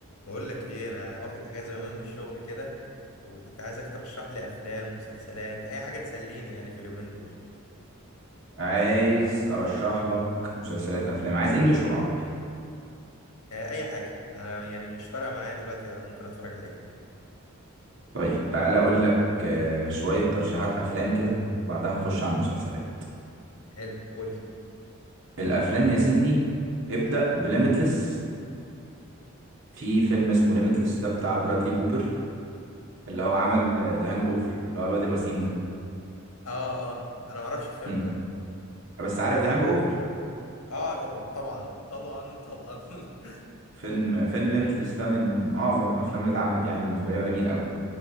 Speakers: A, on the left; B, on the right.
A: بقول لك ايه انا واخد اجازه يومين من الشغل كده وكنت عايزك ترشح لي افلام مسلسلات اي حاجه تسليني يعني في اليومين دول
B: عايز ارشح لك مسلسلات افلام عايز انجليش ولا عربي
A: آه، اي حاجه انا يعني مش فارقه معايا دلوقتي أنا ممكن اتفرج على ايه
B: طيب تعالى اقول لك آه، شوية ترشيحات افلام كده وبعدها نخش على المسلسلات
A: حلو قول لي
B: الافلام يا سيدي ابدأ بليميتلس في فيلم اسمه ليميتلس ده بتاع برادلي كوبر اللي هو عمل ذا هانج اوفر اللي هو الواد الوسيم ده
A: اه اه انا ما اعرفش الفيلم
B: امم
A: ده
B: بس عارف ذا هانج اوفر
A: اه طبعا طبعا طبعا طبعا <laughs>
B: فيلم فيلم ليميتلس ده من من اعظم الافلام اللي اتعملت يعني بالنسبة لي وجميل قوي